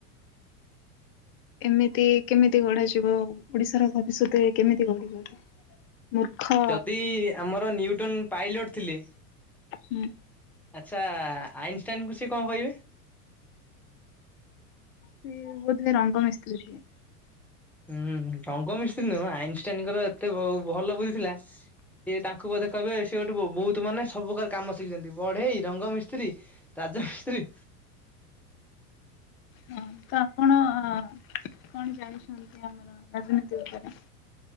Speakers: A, on the left; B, in the centre.
A: ଏମିତି କେମିତି ଗଢାଯିବ, ଓଡିଶାର ଭବିଷ୍ୟତରେ କେମିତି ଗଢିବ। ମୂର୍ଖ
B: ଯଦି ଆମର ନ୍ୟୁଟନ ପାଇଲଟ ଥିଲେ
A: ହୁଁ।
B: ଆଚ୍ଛା ଆଇନଷ୍ଟାଇନ୍ କୁ ସିଏ କଣ କହିବେ।
A: ସେ ବୋଧେ ରଙ୍ଗ ମିସ୍ତ୍ରୀ ଥିଲେ।
B: ହୁଁ ରଙ୍ଗ ମିସ୍ତ୍ରୀ ନୁହଁ। ଆଇନଷ୍ଟାଇନଙ୍କର ଏତେ ଭଲ ବୁଦ୍ଧି ଥିଲା ସିଏ ତାଙ୍କୁ ବୋଧେ କହିବେ ସେ ଗୋଟେ ବହୁତ ମାନେ ସବୁ ପ୍ରକାର କାମ ଶିଖିଛନ୍ତି ବଢେଇ, ରଙ୍ଗମିସ୍ତ୍ରୀ ରାଜମିସ୍ତ୍ରୀ।
A: ହଁ ତ ଆପଣ କଣ ଜାଣିଛନ୍ତି ଆମର ରାଜନୀତି ଉପରେ?